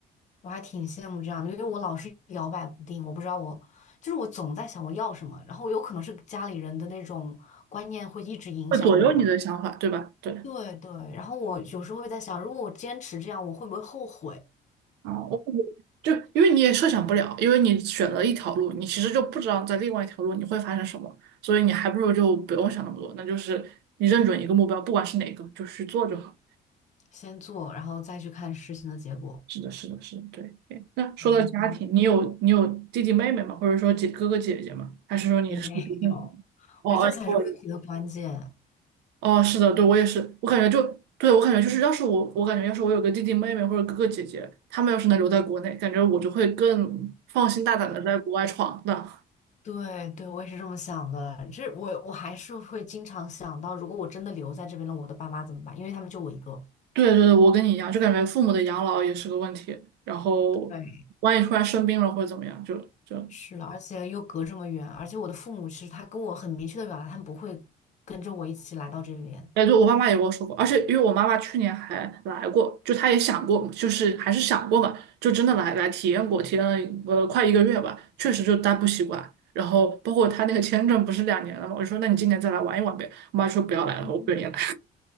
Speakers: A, on the left; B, on the right.
A: 我还挺羡慕这样的，因为我老是摇摆不定，我不知道我，就是我总在想我要什么，然后有可能是家里人的那种观念会一直影响我吧，
B: 会左右你的想法，对吧？对。
A: 对对，然后我有时候会在想，如果我坚持这样，我会不会后悔？
B: 啊，我感觉就因为你也设想不了，因为你选了一条路，你其实就不知道在另外一条路你会发生什么，所以你还不如就不用想那么多，那就是你认准一个目标，不管是哪个，就去做就好。
A: 先做，然后再去看事情的结果。
B: 是的，是的，是的，对对那说到家庭，
A: 嗯，
B: 你有你有弟弟妹妹吗？或者说姐哥哥姐姐吗？还是
A: 没有，
B: 独生子？哦，
A: 我觉得这才是问题的关键。
B: 跟我一样哦，是的，对，我也是，我感觉就对我感觉就是，要是我我感觉要是我有个弟弟妹妹或者哥哥姐姐，他们要是能留在国内，感觉我就会更放心大胆的在国外闯荡。
A: 对对，我也是这么想的。这我我还是会经常想到，如果我真的留在这边了，我的爸妈怎么办？因为他们就我一个。
B: 对对对，我跟你一样，就感觉父母的养老也是个问题，然后万一突然生病了或者怎么样，
A: 对，
B: 就就
A: 是的，而且又隔这么远，而且我的父母其实他跟我很明确的表达，他们不会跟着我一起来到这边。
B: 哎，对，我妈妈也跟我说过，而且因为我妈妈去年还来过，就她也想过，就是还是想过嘛，就真的来来体验过，体验了呃快一个月吧，确实就待不习惯。然后包括她那个签证不是两年了嘛，我就说那你今年再来玩一玩呗，我妈说不要来了，
A: 嗯，
B: 我不愿意来。<laughs>